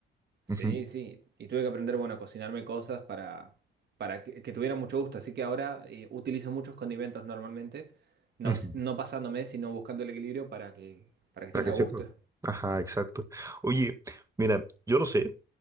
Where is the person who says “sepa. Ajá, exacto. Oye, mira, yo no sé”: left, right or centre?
Right